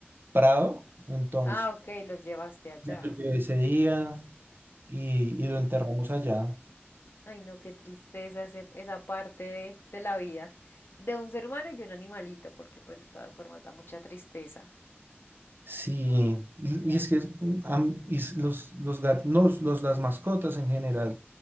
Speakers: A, on the right (about 50°); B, on the left (about 60°).
A: Prado, entonces
B: Ah, ok, los llevaste allá.
A: me lo llevé ese día y, y lo enterramos allá.
B: Ay, no, qué tristeza ese- esa parte de, de la vida de un ser humano y de un animalito, porque pues de todas formas da mucha tristeza.
A: Sí, y, y es que es- am- y s- los, los, gat- no, los, las mascotas en general